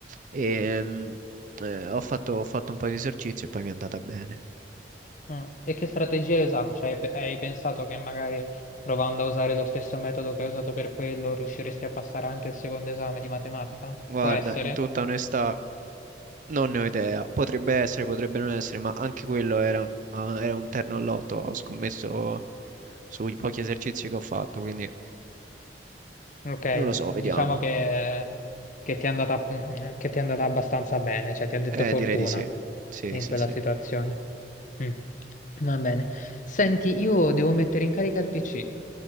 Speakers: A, on the right; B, on the left.
A: E, mm, eh, ho fatto, ho fatto un po' di esercizi e poi mi è andata bene.
B: mm. E che strategia hai usato? Cioè, hai, pe- hai pensato che magari provando a usare lo stesso metodo che hai usato per quello riusciresti a passare anche il secondo esame di matematica?
A: Guarda,
B: Può essere?
A: in tutta onestà, Non ne ho idea, potrebbe essere, potrebbe non essere, ma anche quello era, era un terno al lotto, ho scommesso sui pochi esercizi che ho fatto, quindi
B: Ok,
A: non lo so,
B: diciamo
A: vediamo.
B: che, che ti è andata, mm, che ti è andata abbastanza bene, cioè ti ha detto
A: Eh,
B: fortuna
A: direi di sì. Sì,
B: in
A: sì,
B: quella
A: sì.
B: situazione. Mm. Va bene. Senti, io devo mettere in carica il PC.